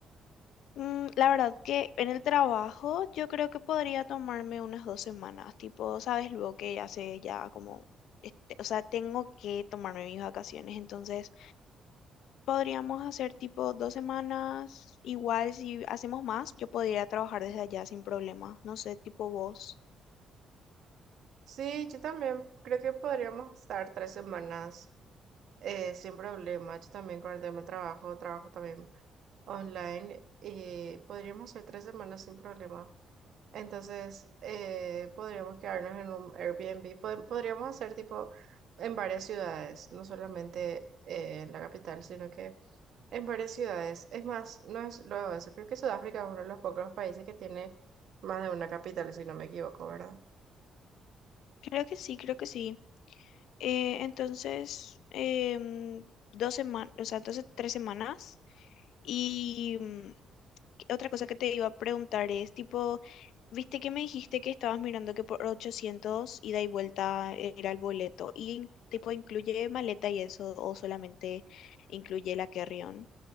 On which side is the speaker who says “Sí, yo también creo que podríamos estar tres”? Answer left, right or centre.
Right